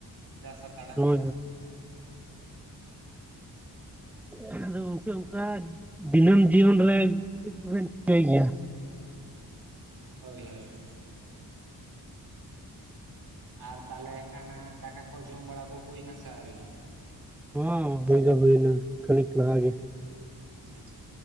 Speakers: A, on the right; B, in the centre.
A: ᱪᱟᱥᱟ ᱦᱟᱛᱟᱲ
B: <unintelligible> ᱟᱫᱚ ᱜᱚᱢᱠᱮ ᱚᱱᱠᱟ ᱫᱤᱱᱟᱹᱢ ᱡᱤᱭᱚᱱ ᱨᱮ ᱪᱮᱫ ᱠᱚᱵᱮᱱ ᱪᱤᱠᱟᱹᱭ ᱜᱮᱭᱟ
A: ᱦᱳᱭ ᱦᱳᱭ ᱟᱨ ᱛᱟᱦᱚᱞᱮ ᱠᱷᱟᱱᱟ ᱫᱟᱠᱟ ᱠᱚ ᱡᱚᱢ ᱵᱟᱲᱟ ᱫᱚ ᱦᱩᱭ ᱱᱟ ᱥᱮ ᱟᱣᱨᱤ
B: ᱦᱚᱸ ᱦᱩᱭ ᱫᱚ ᱦᱩᱭᱱᱟ ᱠᱷᱟᱹᱲᱤᱠ ᱞᱟᱦᱟ ᱜᱮᱼᱼ
A: ᱟᱪᱪᱷᱟ ᱟᱪᱪᱷᱟ